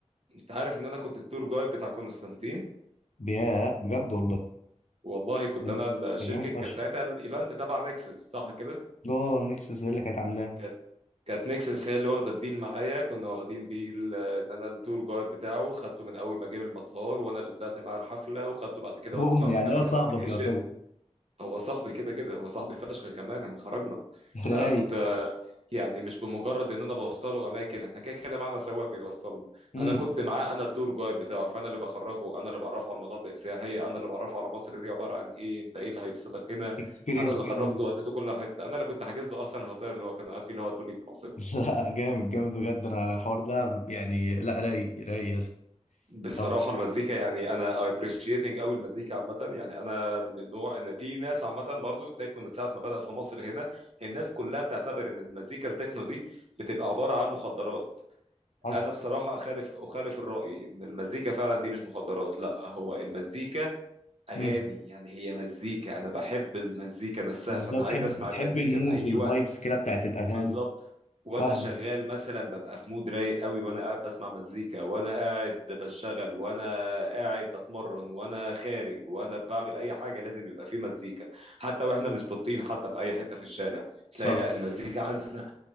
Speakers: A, on the right; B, on the left.
A: انت عارف ان انا كنت التور جايد بتاع كونستانتين
B: بياه بجد والله
A: والله كنت
B: كان
A: انا الشركه
B: كان جامد
A: كانت
B: فشخ
A: ساعتها الايفنت تبع نكسس صح كده
B: اه نكسس هي اللي كانت عاملاه
A: كانت كانت نكسس هي اللي واخده الديل معايا كنا واخدين ديل آه، ان انا التور جايد بتاعه خدته من اول ما جه من المطار وانا اللي طلعت معاه الحفله وخدته بعد كده
B: بوم
A: وديته على
B: يعني
A: مكان
B: هو
A: الاكومديشن
B: صاحبك يعتبر
A: هو صاحبي كده كده هو صاحبي فشخ كمان احنا خرجنا
B: <laughs>
A: انا
B: رايق
A: كنت يعني مش بمجرد ان انا بوصله اماكن احنا كده كده معانا سواق بيوصلنا
B: امم
A: انا كنت معاه انا التور جايد بتاعه فانا اللي بخرجه انا اللي بعرفه على المناطق السياحيه انا اللي بعرفه على مصر دي عباره عن ايه انت ايه اللي هيبسطك هنا
B: اكسبيرينس
A: انا اللي
B: جامد
A: خرجته وديته كل حته انا اللي كنت حاجز له اصلا الهوتيل اللي هو كان قاعد فيه اللي هو توليب العاصمه
B: لا جامد جامد بجد انا الحوار ده يعني لا رايق رايق يا اسطى
A: بصراحة
B: طب
A: المزيكا يعني أنا appreciating أوي المزيكا عامة يعني أنا من النوع إن في ناس عامة برضو التكنو من ساعة ما بدأ في مصر هنا الناس كلها بتعتبر إن المزيكا التكنو دي بتبقى عبارة عن مخدرات
B: حصل
A: أنا بصراحة أخالف أخالف الرأي إن المزيكا فعلا دي مش مخدرات لا هو المزيكا أغاني
B: امم
A: يعني هي مزيكا أنا بحب المزيكا نفسها
B: بالظبط
A: فأنا عايز
B: بتحب
A: أسمع
B: بتحب
A: المزيكا
B: المود
A: في أي
B: والفايبس
A: وقت
B: كده بتاعت الأغاني
A: بالظبط وانا
B: فاهم
A: شغال مثلا ببقى في مود رايق قوي وانا قاعد بسمع مزيكا وانا قاعد بشتغل وانا قاعد بتمرن وانا خارج وانا بعمل اي حاجه لازم يبقى في مزيكا حتى واحنا مسبوطين حتى في اي حته في الشارع تلاقي
B: صح
A: لا المزيكا عندنا